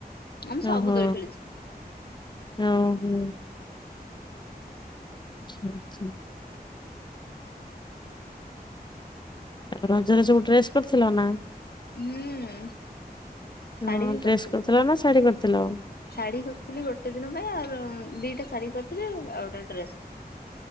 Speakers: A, on the left; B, on the left.
A: ଆମେ
B: ହୁଁ
A: ସବୁ
B: ହୁଁ
A: ଦୋଳି ଖେଳିଚେ
B: ହୁଁ ହୁଁ। ଆଛା ଆଛା। ରଜରେ ସବୁ ଡ୍ରେସ୍ କରିଥିଲ ନା।
A: ହୁଁ
B: ହ
A: ଶାଢୀ ବି
B: ଡ୍ରେସ୍
A: କରିଥିଲୁ
B: କରିଥିଲ ନା ଶାଢୀ କରିଥିଲ।
A: ଶାଢୀ କରିଥିଲି ଗୋଟେ ଦିନ ପାଇଁ ଆ ଦିଟା ଶାଢୀ କରିଥିଲି ଆଉ ଗୋଟା ଡ୍ରେସ୍।